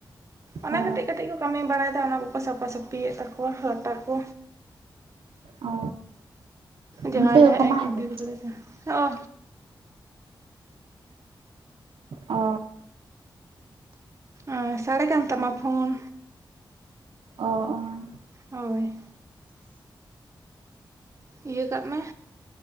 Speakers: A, on the right; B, on the right.
A: ᱚᱱᱟ
B: ᱚ
A: ᱠᱟᱹᱴᱤᱡ ᱠᱟᱹᱴᱤᱡ ᱠᱚ ᱠᱟᱹᱢᱤ ᱵᱟᱲᱟᱭ ᱫᱟ ᱚᱱᱟ ᱠᱚᱠᱚ ᱥᱟᱯᱷᱟ ᱥᱟᱹᱯᱤᱭᱮᱫ ᱛᱟᱠᱚᱣᱟ ᱞᱟᱴᱟ ᱠᱚ᱾
B: ᱚ
A: ᱡᱟᱦᱟᱸᱭ
B: ᱵᱷᱤᱛᱟᱹ
A: ᱫᱚ
B: ᱠᱚᱠᱚ
A: ᱦᱮᱸᱜ ᱮᱸᱠᱚ
B: ᱢᱟᱜ ᱮᱫᱟ?
A: ᱜᱤᱰᱤ ᱵᱟᱲᱟᱭ ᱫᱟ᱾ ᱚ
B: ᱚᱻ
A: ᱚᱸ ᱥᱟᱲᱮ ᱠᱟᱱ ᱛᱟᱢᱟ ᱯᱷᱳᱱ᱾
B: ᱚ ᱚᱸ
A: ᱦᱳᱭ᱾ ᱤᱭᱟᱹ ᱠᱟᱜ ᱢᱮ